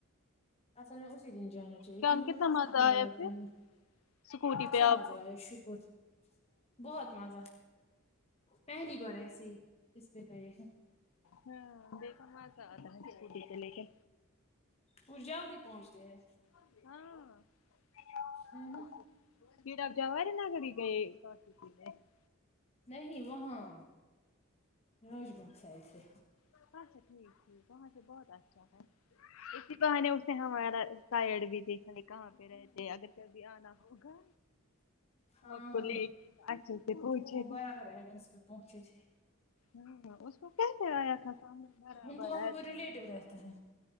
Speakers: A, on the left (about 30°); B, on the left (about 70°).
A: اصل میں اسی دن جانا چاہیے
B: کیا
A: کیونکہ مجھے
B: کتنا
A: خود
B: مزہ
A: گندا
B: آیا
A: لگتا
B: پھر
A: ہے
B: اسکوٹی
A: اچھا
B: پہ آپ
A: مزہ
B: کو
A: آے شکر بہت مزہ پہلی بار ایسے ہی اس پہ گئے ہیں نہ
B: ہاں دیکھا مزہ آ تھا <unintelligible> اٹی کے لے کے
A: وہ جلد ہی پہنچتے ہیں
B: ہاں
A: ہے نا
B: <unintelligible>
A: نہیں وہاں روج بنک سائڈ سے
B: اچھا ٹھیک ٹھیک وہاں سے بہت اچھا ہے اسی بہانے ہمارا سائڈ بھی دیکھے کہاں پہ رہتے اگر کبھی آنا ہوگا
A: ہاں
B: آپ کو لے کے اچھے سے پہنچے
A: وہ
B: گا
A: برابر ایڈریس پہ پہنچے تھے
B: ہاں اس کو کیسے آیا تھا سمجھ برابر
A: ان کو وہاں پہ کوئی ریلیٹو رہتے ہیں